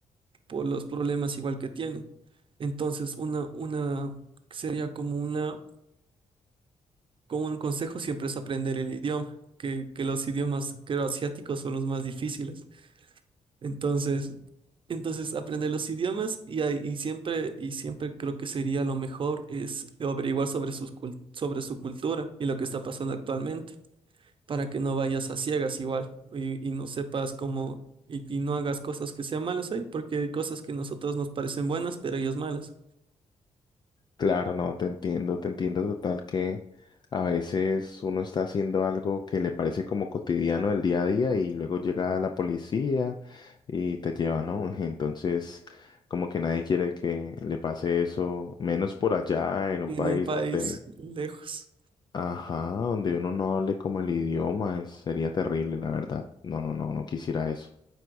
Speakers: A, on the right; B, on the left.
A: por los problemas igual que tiene. Entonces, una, una sería como una como un consejo siempre es aprender el idioma, que, que los idiomas, creo, asiáticos son los más difíciles. Entonces, entonces aprender los idiomas y, ahí- y siempre, y siempre creo que sería lo mejor es averiguar sobre sus, cul- sobre su cultura y lo que está pasando actualmente, para que no vayas a ciegas igual y, y no sepas cómo, y, y no hagas cosas que sean malas ahí, porque hay cosas que a nosotros nos parecen buenas, pero ellos malas,
B: Claro, no, te entiendo, te entiendo total que a veces uno está haciendo algo que le parece como cotidiano del día a día y luego llega la policía y te lleva, ¿no? <laughs> Entonces, como que nadie quiere que le pase eso, menos por allá en un
A: en
B: país
A: un país
B: donde,
A: lejos.
B: ajá, donde uno no hable como el idioma, es- sería terrible, la verdad. No, no, no, no quisiera eso.